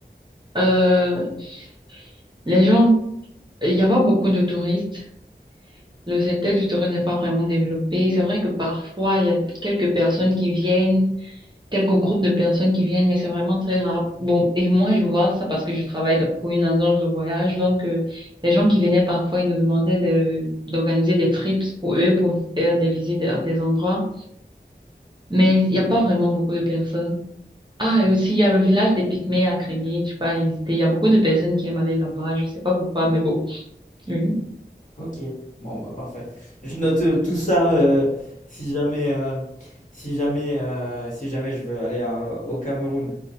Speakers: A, on the right; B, on the left.
A: Euh, les gens, il n'y a pas beaucoup de touristes. Le secteur du tourisme n'est pas vraiment développé. C'est vrai que parfois, il y a quelques personnes qui viennent, quelques groupes de personnes qui viennent, mais c'est vraiment très rare. Bon, et moi, je vois ça parce que je travaille pour une agence de voyage. Donc, euh, les gens qui venaient parfois, ils nous demandaient de, d'organiser des trips pour eux, pour faire des visites à des endroits. Mais il n'y a pas vraiment beaucoup de personnes. Ah, et aussi, il y a le village des Pygmées à Crimée, tu peux aller visiter. Il y a beaucoup de personnes qui aiment aller là-bas, je sais pas pourquoi, mais bon. Oui.
B: Ok, bon bah parfait. Je note euh, tout ça euh, si jamais, euh, si jamais, euh, si jamais je veux aller à- au Cameroun.